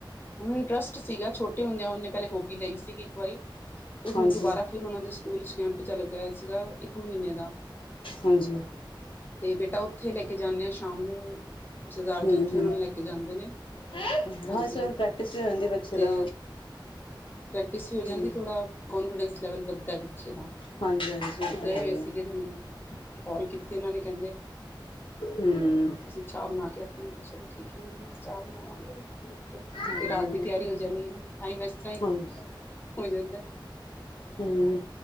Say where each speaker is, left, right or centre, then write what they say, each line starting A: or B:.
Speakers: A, on the left; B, on the left.
A: ਹੁਣ ਇੰਟਰਸਟ ਸੀਗਾ, ਛੋਟੇ ਹੁੰਦਿਆਂ ਉਹਨੇ ਪਹਿਲੇ ਹੋਬੀ ਲਈ ਸੀਗੀ ਇੱਕ ਵਾਰੀ ਤੇ ਹੁਣ
B: ਹਾਂਜੀ ਹਾਂਜੀ
A: ਦੁਬਾਰਾ ਤੇ ਹੁਣ ਉਹਦੇ ਸਕੂਲ 'ਚ ਕੈਂਪ ਜਿਹਾ ਲੱਗਾ ਹੋਇਆ ਸੀਗਾ, ਇੱਕ ਮਹੀਨੇ ਦਾ।
B: ਹਾਂਜੀ।
A: ਤੇ ਬੇਟਾ ਉੱਥੇ ਲੈ ਕੇ ਜਾਂਨੇ ਆ ਸ਼ਾਮ ਨੂੰ, ਸਰਦਾਰ ਜੀ
B: ਹਮ
A: ਉੱਥੇ
B: ਹਮ
A: ਉਹਨਾਂ ਨੂੰ ਲੈ ਕੇ ਜਾਂਦੇ ਨੇ।
B: ਹਾਂ
A: ਹਾਂਜੀ
B: ਇਸ ਤਰ੍ਹਾਂ ਪ੍ਰੈਕਟਿਸ ਵੀ ਰਹਿੰਦੀ ਬੱਚੇ
A: ਤੇ
B: ਦਾ
A: ਪ੍ਰੈਕਟਿਸ ਵੀ ਹੋ ਜਾਂਦੀ,
B: ਹਮ
A: ਥੋੜ੍ਹਾ ਕੋਂਨਫੀਡੈਂਸ ਲੈਵਲ ਵੱਧਦਾ ਬੱਚੇ ਦਾ
B: ਹਾਂਜੀ ਹਾਂਜੀ ਉਹ
A: ਤੇ
B: ਤਾਂ
A: ਗਏ
B: ਹੈ
A: ਹੋਏ
B: ਹੀ ਹੈ
A: ਸੀਗੇ ਤੇ ਮੈਨੂੰ ਕੌਲ ਕੀਤੀ ਉਹਨਾਂ ਨੇ, ਕਹਿੰਦੇ
B: ਹਮ
A: ਤੁਸੀਂ ਚਾਹ ਬਣਾ ਕੇ ਰੱਖਣੀ, ਮੈਂ ਕਿਹਾ ਚਲੋ ਠੀਕ ਐ ਮੈ ਬਸ ਚਾਹ ਬਣਾਵਾਂਗੇ ਹੁਣ। ਤੇ
B: ਹਾਂਜੀ
A: ਫਿਰ ਰਾਤ ਦੀ ਤਿਆਰੀ ਹੋ ਜਾਂਨੀ ਏ, ਟਾਈਮ ਇਸ ਤਰ੍ਹਾਂ ਈ,
B: ਹਾਂਜੀ
A: ਹੋ ਜਾਂਦਾ।
B: ਹੂੰ